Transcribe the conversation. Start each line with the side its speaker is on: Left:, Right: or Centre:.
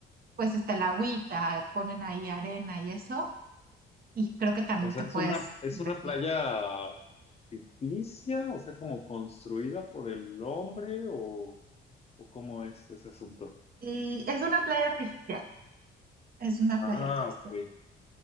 Right: pues está el agüita, ponen ahí arena y eso, y creo que también
Left: O sea,
Right: te
Left: es
Right: puedes
Left: una, es
Right: divertir.
Left: una playa ficticia, o sea, como construida por el hombre, o, o cómo es ese asunto.
Right: Y es una playa artificial, es una playa
Left: Ah,
Right: artificial.
Left: ok,